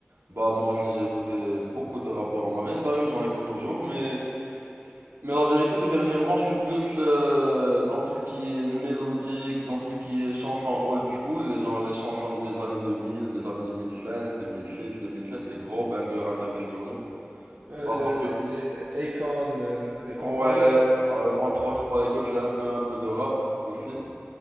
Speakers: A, on the right; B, on the right.
A: bah moi aussi j'ai écouté beaucoup de rap durant ma vie. D'ailleurs j'en écoute toujours, mais Mais la vérité que dernièrement, je suis plus euh, dans tout ce qui est mélodique, dans tout ce qui est chansons old school, les gens, les chansons des années 2000, des années 2005, 2006, 2007, les gros bangers internationaux.
B: Euh,
A: Bah
B: le,
A: parce que
B: le- les Akon euh, et compagnie.
A: ouais, euh, entre autres, bah écoute, c'est un peu un peu de rap aussi,